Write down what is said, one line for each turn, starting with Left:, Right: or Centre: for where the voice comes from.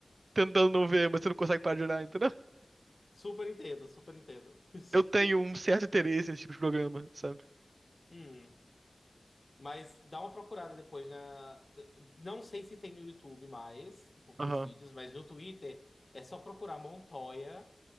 Right: Tentando não ver, mas você não consegue parar de olhar, entendeu?
Left: Super entendo, super entendo. <laughs>
Right: Eu tenho um certo interesse nesse tipo de programa, sabe?
Left: Hum. Mas dá uma procurada depois na. Não sei se tem no YouTube mais, tipo, pros
Right: Aham.
Left: vídeos, mas no Twitter é só procurar Montoya